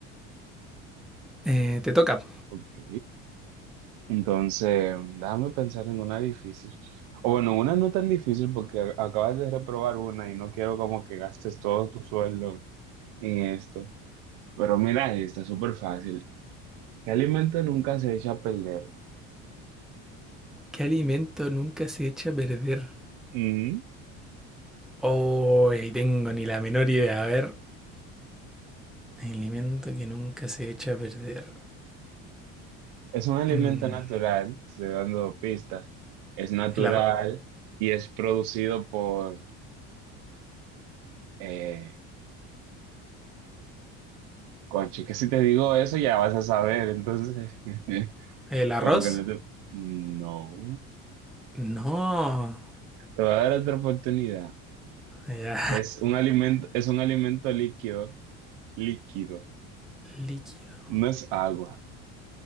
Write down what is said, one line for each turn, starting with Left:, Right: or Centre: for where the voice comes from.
Centre: Eh, te toca.
Right: Ok. Entonces, déjame pensar en una difícil. O bueno, una no tan difícil porque a- acabas de reprobar una y no quiero como que gastes todo tu sueldo en esto. Pero mira, está súper fácil. ¿Qué alimento nunca se echa a perder?
Centre: ¿Qué alimento nunca se echa a perder?
Right: Mm,
Centre: Oh, tengo ni la menor idea. A ver, alimento que nunca se echa a perder.
Right: Es un alimento
Centre: Mm,
Right: natural, estoy dando pistas Es natural
Centre: ¿El, ar-
Right: y es producido por... Eh, coche, que si te digo eso ya vas a saber. Entonces, <laughs>
Centre: el arroz?
Right: como que no te... No.
Centre: No.
Right: Te voy a dar otra oportunidad.
Centre: Ya.
Right: Es un alimento, es un alimento líquido, líquido.
Centre: <laughs> Líquido.
Right: No es agua,